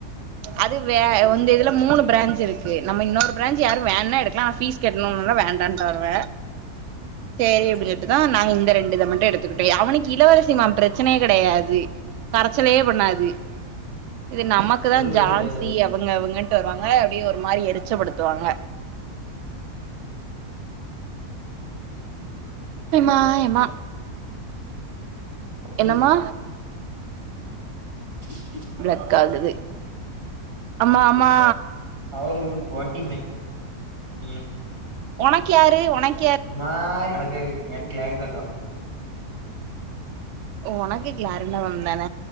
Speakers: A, on the right (about 65°); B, on the right (about 90°).
A: அது வே இந்த இதுல மூணு பிரான்ச் இருக்கு நம்ம இன்னொரு பிரான்ச் யாரு வேண்ணா எடுக்குலா ஆனா ஃபீஸ் கெட்ணும்னா வேண்டான்டாவ
B: <inaudible>
A: சேரி அப்டின் சொல்ட்டு தா நாங்க இந்த ரெண்டு இத மட்டு எடுத்துக்கிட்டே அவனுக்கு இளவரசிமா பிரச்சனையே கெடையாது கரச்சலே பண்ணாது இது நமக்குதா
B: ஒரு பிரச்சன
A: ஜான்சி
B: கெடையாது
A: அவங்க அவங்கட்டு வருவாங்க அப்டியே ஒரு மாரி எரிச்சபடுத்துவாங்க எம்மா எம்மா
B: கோடி
A: என்னமா
B: <inaudible>
A: ப்ளக் ஆகுது அம்மா அம்மா
B: அவரு ஒரு கோட்டிங் அ
A: ஒனக் யாரு ஒனக்
B: ஒரு மாரி நடக்காரு ஏன் கேளுங்கக்கோ
A: ஒனக்கு கிளாரணவம் தான